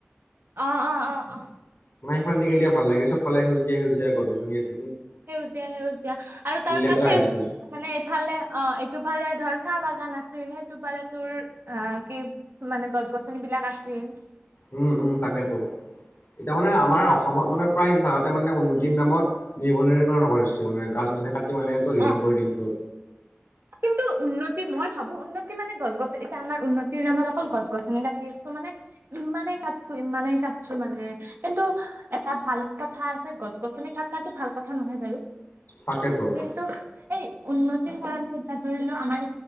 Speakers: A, on the right (about 55°); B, on the left (about 55°).
A: অ-অ-অ-অ।
B: আমা আইফালদি ভাল লাগে চবফালে সেউজীয়া সেউজীয়া গছ -গছনি আছে।
A: সেউজীয়া- সেউজীয়া আৰু তাৰ
B: লেতেৰা
A: কাষে
B: হৈ গৈছে
A: মানে এইফালে অ এইটোফালে ধৰ চাহ বাগান আছিল সেইটো পাৰে তোৰ অ কি মানে গছ- গছনিবিলাক আছিল।
B: উম উম তাকেতো, এতিয়া মানে আমাৰ অসমত
A: উম
B: মানে প্ৰায় জাগাতে মানে উন্ন তি নামত নিৰ্বলিকৰণ হব ধৰিছ মানে গছ- গছনি কাটি মানে তহিলং
A: অ
B: কৰি দিছো।
A: কিন্তু উন্নতি মই ভাবো উন্নতি মানে গছ গছ এতিয়া আমাৰ উন্নতিৰ নামত অকল গছ গছনি কাটি আছো মানে ইমানেই কাটছো ইমানেই কাটছো মানে কিন্তু এটা ভাল কথা আছে গছ গছনি। থকাতো ভাল কথা নহয় বাৰু
B: তাকেতো
A: কিন্তু এই উন্নতিৰ কাৰণে। ধৰি আমাৰ